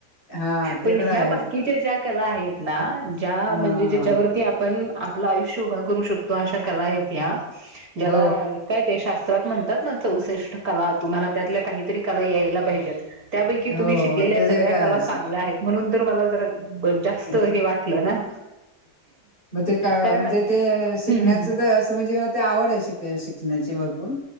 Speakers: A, on the left (about 30°); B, on the right (about 55°).
A: हा ते
B: पण
A: तर आहेच
B: ह्या बाकीच्या ज्या कला आहेत ना ज्या
A: हा.
B: म्हणजे ज्याच्यावरती आपण आपलं आयुष्य उभं करू शकतो अशा कला आहेत या्या ज्याला
A: हो
B: काय ते शा त्रात म्हणतात ना चौसष्ट कला तुम्हाला त्यातल्या काहीतरी कला यायला पाहिजेत. त्यापैकी
A: हो
B: तुम्ही शिकलेल्या
A: ते
B: सगळ्या
A: ते काय
B: कला चांगल्या आहेत म्हणून तर मला जरा जास्त
A: असेल.
B: हे वाटलं ना
A: मग ते का
B: कारण
A: म्हणजे ते
B: हम्म
A: शिकण्याचं तर असं म्हणजे मला ते आवड आहे शिक्षणाची भरपूर